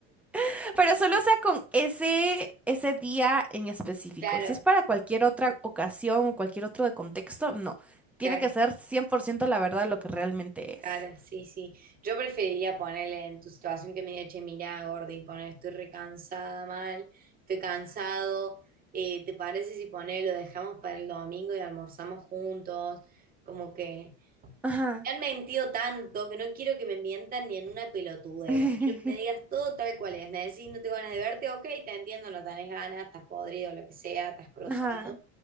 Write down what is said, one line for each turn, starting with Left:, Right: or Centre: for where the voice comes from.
Centre: <laughs> pero solo sea con ese, ese día en específico.
Right: Claro,
Centre: Si es para cualquier otra ocasión o cualquier otro de contexto, no. Tiene
Right: claro.
Centre: que ser 100% la verdad lo que realmente
Right: Claro,
Centre: es.
Right: sí, sí. Yo preferiría ponerle en tu situación que me diga, che, mirá, Gordi, poner, estoy recansada mal, estoy cansado. eh, ¿te parece si poner, lo dejamos para el domingo y almorzamos juntos? Como que
Centre: Ajá,
Right: me han mentido tanto que no quiero que me mientan ni en una pelotudez.
Centre: <laughs>
Right: Quiero que me digas todo tal cual es. Me decís, no tengo ganas de verte, ok, te entiendo, no tenés ganas, estás podrido, lo que sea, estás cruzado.
Centre: ajá.